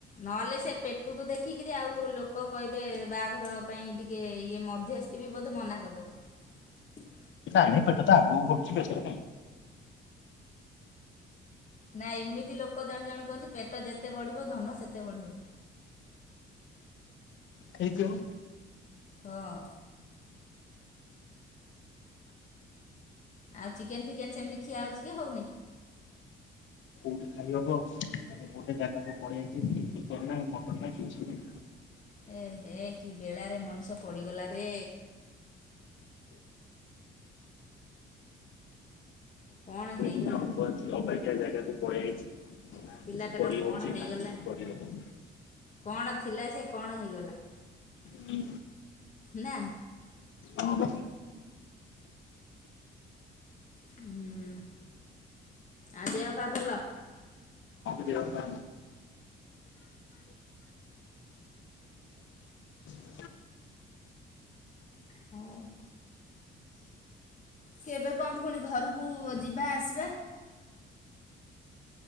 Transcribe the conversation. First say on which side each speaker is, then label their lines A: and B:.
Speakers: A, on the left (about 40°); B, on the left (about 70°).
A: ନହେଲେ ସେ ପେଟକୁ ଦେଖି ଦେଖିକରି ଆଉ ଲୋକ କହିବେ ବାହାଘର ପାଇଁ ଟିକେ ଇଏ ମଧ୍ୟସ୍ଥି ବି ବୋଧେ ମନା କରିଦେବ।
B: ଆଣେ ପେଟ ତ ଆଗବ ପଛି ବେଶ
A: ନାଇ ଏମିତି ଲୋକ ଜଣେ ଜଣେ କୁହନ୍ତି ପେଟ ଯେତେ ବଢିବ ଧନ ସେତେ ବଢିବ।
B: ହେଇଥିବ।
A: ହଁ। ଆଉ ଚିକେନ ଫିକେନ ସେମିତି ଖିଆ ହଉଛି କି ହଉନି?
B: ଗୋଟେ ଖାଇହବ ଆ ଗୋଟେ ଜାଗାକୁ ପଳେଇଆାଇଛି। ମଦ ପାଇଁ କିଛି ବି
A: ଏ ହେ କି ବେଳାରେ ମଣିଷ ପଡ଼ିଗଲା ରେ। କଣ ହେଇ
B: ମୁଁ ଅଛି ଅବାଗିଆ ଜାଗାକୁ ପଳି ଆଇଛି ନା
A: ପିଲାଟାର
B: କିଛି କରି
A: କଣ
B: ହଉଛି
A: ହେଇଗଲା
B: ନା କିଛି କରିହବ।
A: କଣ ଥିଲା ସେ କଣ ହେଇଗଲା।
B: ହୁଁ।
A: ନା।
B: ହଁ ବା।
A: ହୁଁ, ଆ ଦେହ ପା ଭଲ?
B: ଦିହ ପା <inaudible>
A: ହଁ। କେବେ କଣ ଫୁଣି ଘରକୁ ଯିବା ଆସିବା?